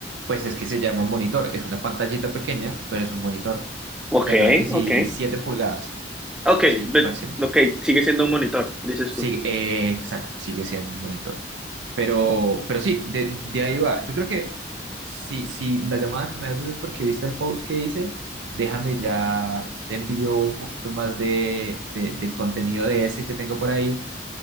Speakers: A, on the right; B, in the centre.
A: Pues es que se llama un monitor, es una pantallita pequeña, pero es un monitor.
B: Ok,
A: Tendrán que si
B: ok.
A: 7 pulgadas,
B: Ok,
A: sí,
B: ve-
A: máximo.
B: ok, sigue siendo un monitor, dices
A: Sí,
B: tú.
A: eh, exacto, sigue siendo un monitor. Pero, pero sí, de, de ahí va. Yo creo que si, si la llamada que me haces es porque viste el post que hice, déjame ya, te envío un poquito más de, de, de contenido de ese que tengo por ahí